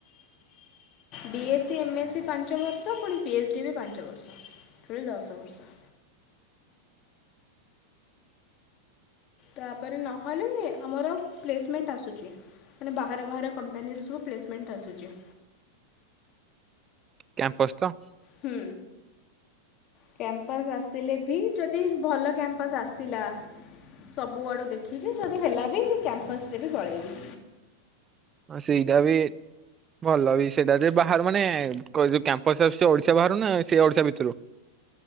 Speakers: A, on the left; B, on the right.
A: B S C, M S C ପାଞ୍ଚ ବର୍ଷ ପୁଣି ପି ଏଚ୍ ଡି ବି ପାଞ୍ଚ ବର୍ଷ ଟୋଟାଲି ଦଶ ବର୍ଷ। ତାପରେ ନହେଲେ ଆମର ପ୍ଲେସମେଣ୍ଟ ଆସୁଛି। ମାନେ ବାହାର ବାହାର କମ୍ପାନୀରେ ସବୁ ପ୍ଲେସମେଣ୍ଟ ଆସୁଛି।
B: କ୍ୟାମ୍ପସ ତ?
A: ହୁଁ। କ୍ୟାମ୍ପସ୍ ଆସିଲେ ବି ଯଦି ଭଲ କ୍ୟାମ୍ପସ୍ ଆସିଲା ସବୁ ଆଡ଼ୁ ଦେଖିକି ଯଦି ହେଲା ବି କ୍ୟାମ୍ପସରେ ବି ପଳେଇବି।
B: ଆ ସେଇଟା ବି ଭଲ ବି ସେଇଟା ଯେ ବାହାରୁ ମାନେ ଯୋଉ କ୍ୟାମ୍ପସ ଆସୁଚି ଓଡ଼ିଶା ବାହାରୁ ନା ସେଇ ଓଡ଼ିଶା ଭିତରୁ?